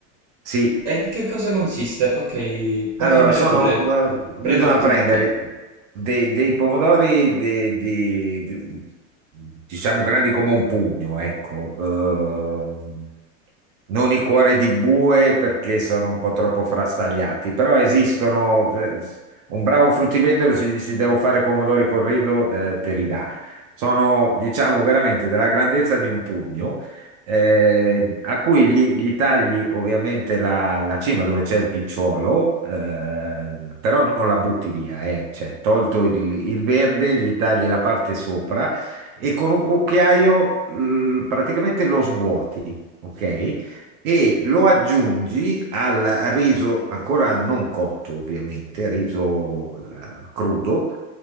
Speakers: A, on the right; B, on the right.
A: Sì,
B: E in che cosa consiste? Ok, parlamene
A: allora, sono,
B: pure.
A: eh, bisogna
B: Prendo appunti.
A: prendere dei, dei pomodori di, di- di- diciamo grandi come un pugno, ecco, ehm, non i cuori di bue perché sono un po' troppo frastagliati, però esistono. eh, Un bravo fruttivendolo, se gli dici devo fare pomodori col riso, te, te li dà. Sono, diciamo, veramente della grandezza di un pugno, eh, a cui gli, gli tagli ovviamente la, la cima dove c'è il picciolo, eh, però non la butti via, eh, cioè, tolto il, il verde, gli tagli la parte sopra e con un cucchiaio, eh, praticamente lo svuoti, ok? e lo aggiungi al riso ancora non cotto, ovviamente, riso eh, crudo.